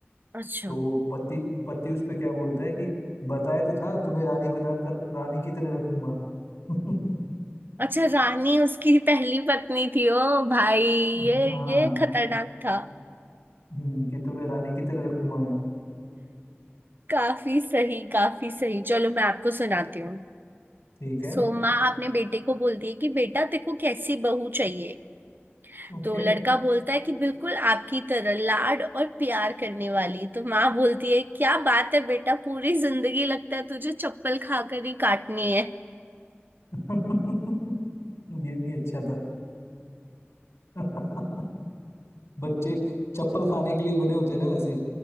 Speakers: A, on the right; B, on the left.
A: अच्छा
B: तो पति पति उस पे क्या बोलता है कि बताया तो था तुम्हें रानी बनाकर रानी की तरह रखूंगा <laughs>
A: अच्छा रानी उसकी पहली पत्नी थी ओ भाई ये
B: हाँ
A: ये खतरनाक था
B: हम्म, कि तुम्हें रानी की तरह रखूंगा मैं
A: काफी सही काफी सही चलो मैं आपको सुनाती हूँ
B: <laughs> ठीक है
A: सो माँ अपने बेटे को बोलती है कि बेटा तेको कैसी बहू चाहिए
B: ओके
A: तो लड़का बोलता है कि बिल्कुल आपकी तरह लाड और प्यार करने वाली तो माँ बोलती है क्या बात है बेटा पूरी जिंदगी लगता है तुझे चप्पल खाकर ही काटनी है
B: <laughs> ये भी अच्छा था <laughs> बच्चे चप्पल खाने के लिए बने होते हैं ना वैसे